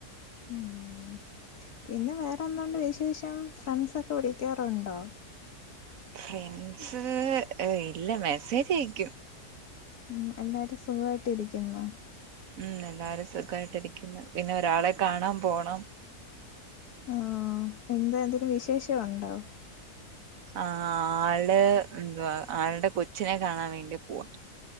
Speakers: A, on the left (about 70°); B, on the right (about 60°).
A: ഉം. പിന്നെ വേറെന്തുണ്ട് വിശേഷം? ഫ്രണ്ട്സൊക്കെ വിളിക്കാറുണ്ടോ?
B: ഫ്രണ്ട്സ് ഏഹ് ഇല്ല മെസ്സേജയിക്കും
A: ഉം എല്ലാരും സുഖായ്ട്ടിരിക്കുന്നോ?
B: ഉം എല്ലാരും സുഖമായിട്ടിരിക്കുന്നു. പിന്നെ ഒരാളെ കാണാൻ പോണം
A: ആഹ് എന്താ എന്തേലും വിശേഷ ഉണ്ടോ
B: ആഹ് ആള് എന്തുവാ ആൾടെ കൊച്ചിനെ കാണാൻ വേണ്ടി പോവാ.